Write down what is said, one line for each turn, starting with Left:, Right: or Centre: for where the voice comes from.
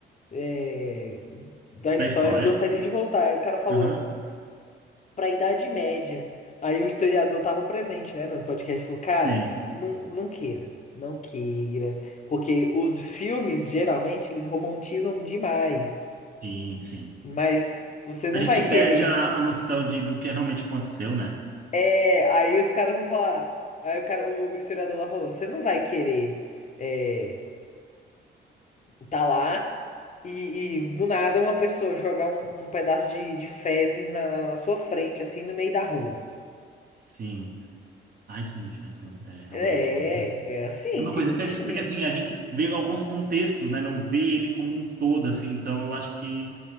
Left: é, da história
Right: Da história.
Left: ele gostaria de voltar. Aí o cara falou
Right: Aham.
Left: para a Idade Média. Aí o historiador estava presente, né, no podcast, e falou, cara,
Right: Sim,
Left: não, não queira, não queira, porque os filmes geralmente eles romantizam demais,
Right: sim, sim.
Left: mas você não
Right: A gente
Left: vai
Right: perde
Left: querer.
Right: a, a noção de, do que realmente aconteceu, né?
Left: É, aí os caras vão falar, aí o cara, o historiador lá falou, você não vai querer é, tá lá e, e do nada uma pessoa jogar um, um pedaço de, de fezes na, na na sua frente, assim, no meio da rua.
Right: Sim. Ai, que nojo, né? falando- É, realmente.
Left: É,
Right: Uma...
Left: é assim
Right: É uma
Left: que
Right: coisa.
Left: não
Right: pe-
Left: tinha.
Right: Porque, assim, a gente vê alguns contextos, né? Não vê ele como um todo, assim. Então, eu acho que.